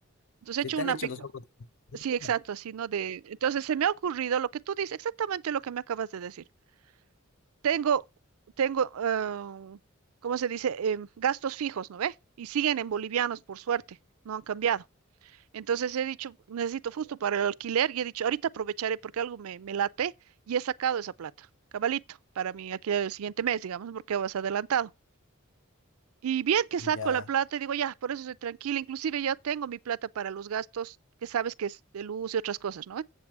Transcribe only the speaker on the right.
Entonces
he hecho
una...
pe-
Exacto.
Sí, exacto,
así, ¿no? De... Entonces se me ha ocurrido lo que tú dices, exactamente lo que me acabas de decir. Tengo, tengo, ah, ¿cómo se dice? Em, gastos fijos, ¿no ve? Y siguen en bolivianos, por suerte, no han cambiado. Entonces he dicho, necesito justo para el alquiler y he dicho, ahorita aprovecharé porque algo me, me late y he sacado esa plata, cabalito, para mi alquiler del siguiente mes, digamos, porque vas adelantado. Y bien que
saco la plata y digo, ya, por eso estoy tranquila, inclusive ya tengo mi plata para los gastos, que sabes que es de luz y otras cosas, ¿no?